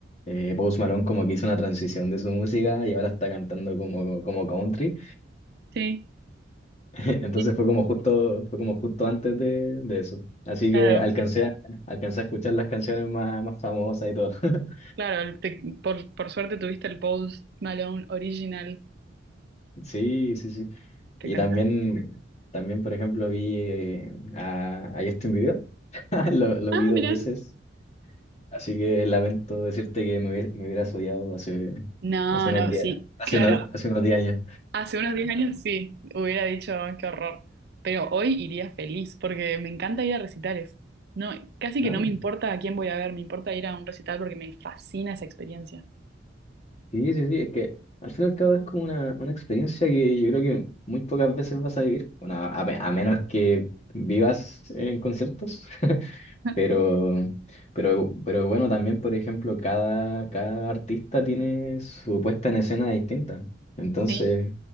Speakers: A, on the left; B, on the right.
A: eh, Post Malone como que hizo una transición de su música y ahora está cantando como, como country.
B: Sí,
A: Entonces
B: sí, sí,
A: fue como justo, fue como justo antes de, de eso. Así
B: claro,
A: que alcancé a, alcancé a escuchar las canciones más, más famosas y todo. <laughs>
B: claro, el tec- por, por suerte tuviste el Post Malone original,
A: Sí, sí, sí.
B: espectacular.
A: Y también, también por ejemplo, vi eh, a, a Justin Bieber. <laughs> Lo, lo
B: Ah,
A: vi dos
B: mira.
A: veces. Así que lamento decirte que me, hubie- me hubieras odiado hace,
B: No,
A: hace unos
B: no,
A: días,
B: sí,
A: hace,
B: claro,
A: unos hace unos 10 años.
B: hace unos 10 años sí, hubiera dicho, "Ah, qué horror, pero hoy iría feliz porque me encanta ir a recitales. No, casi que
A: Ah.
B: no me importa a quién voy a ver, me importa ir a un recital porque me fascina esa experiencia.
A: Sí, sí, sí, es que al fin y al cabo es como una, una experiencia que yo creo que muy pocas veces vas a vivir, bueno, a, me- a menos que vivas en conciertos, <laughs>
B: <laughs>
A: pero, pero, pero bueno, también, por ejemplo, cada, cada artista tiene su puesta en escena distinta, entonces
B: Sí.